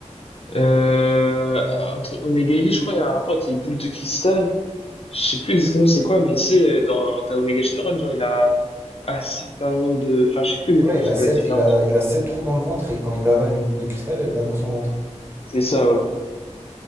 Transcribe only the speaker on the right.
Ouais, il
a sept
il a
il a sept trous dans le ventre et quand il avale une boule de cristal, elle va dans son ventre.